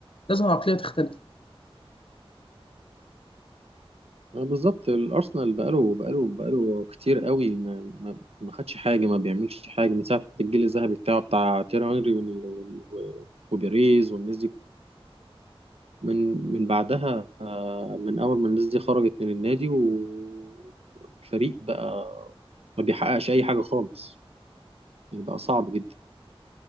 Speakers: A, on the left (about 60°); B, on the right (about 80°).
A: لازم العقلية تختلف
B: آه، بالظبط الارسنال بقاله بقاله بقاله كتير قوي ما ما ما خدش حاجه ما بيعملش حاجه من ساعه الجيل الذهبي بتاعه بتاع تيري هنري وال- وال- و- وبيريز والناس دي من من بعدها آه، من اول ما الناس دي خرجت من النادي و- والفريق بقى ما بيحققش اي حاجه خالص يعني بقى صعب جدا